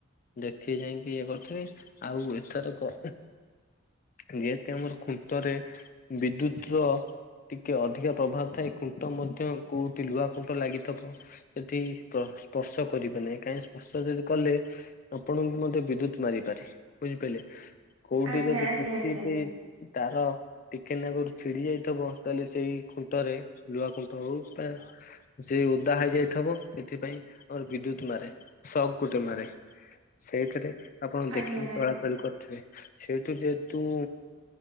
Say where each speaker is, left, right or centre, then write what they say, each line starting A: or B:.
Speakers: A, on the left (about 40°); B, on the right (about 85°).
A: ଦେଖି ଯାଇକି ଇଏ କରିଥିବେ ଆଉ ଏଥରକ ଯେହେତୁ ଆମର ଖୁଣ୍ଟରେ ବିଦ୍ୟୁତ ର ଟିକେ ଅଧିକା ପ୍ରଭାବ ଥାଏ ଖୁଣ୍ଟ ମଧ୍ୟ କୋଉଠି ଲୁହା ଖୁଣ୍ଟ ଲାଗିଥିବ ସେଠି ସ୍ପର୍ଶ କରିବେ ନାହିଁ କାହିଁକି ସ୍ପର୍ଶ ଯଦି କଲେ ଆପଣଙ୍କୁ ମଧ୍ୟ ବିଦ୍ୟୁତ ମାରିପାରେ ବୁଝିପାରିଲେ କୋଉଠି
B: ଆଜ୍ଞା
A: ଯଦି
B: ଆଜ୍ଞା
A: କିଛି
B: ଆଜ୍ଞା।
A: ବି ତାର ଟିକେ ନାଗରୁ ଛିଡି ଯାଇଥିବ ତାହେଲେ ସେଇ ଖୁଣ୍ଟରେ ଲୁହା ଖୁଣ୍ଟ ହଉ ଯେ ଓଦା ହେଇ ଯାଇଥିବ ସେଥିପାଇଁ ଆମର ବିଦ୍ୟୁତ ମାରେ ସକ୍ ଗୋଟେ ମାରେ ସେଇଥିରେ ଆପଣ
B: ଆଜ୍ଞା
A: ଦେଖିକି
B: ଆଜ୍ଞା
A: ଚଳାଚଳି କରିଥିବେ ସେଇଠୁ ଯେହେତୁ